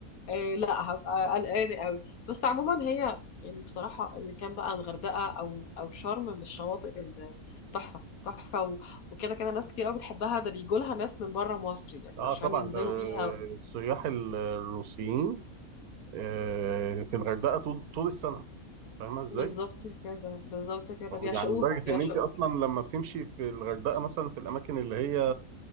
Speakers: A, on the left (about 70°); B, on the right (about 80°).
A: آه، لا هبقى قلقانة قوي بس عموما هي يعني بصراحة إن كان بقى الغردقة أو أو شرم من الشواطئ ال- تحفة تحفة و- وكده كده ناس كتير قوي بتحبها ده بيجولها ناس من بره مصر يعني
B: اه
A: عشان
B: طبعا
A: ينزلوا
B: ده
A: فيها
B: السياح ال- الروسيين آه، في الغردقه طول طول السنه فاهمه ازاي؟
A: بالظبط كده بالظبط كده بيعشقوها
B: يعني لدرجه
A: بيعشقوها
B: ان انت اصلا لما بتمشي في الغردقه مثلا في الاماكن اللي هي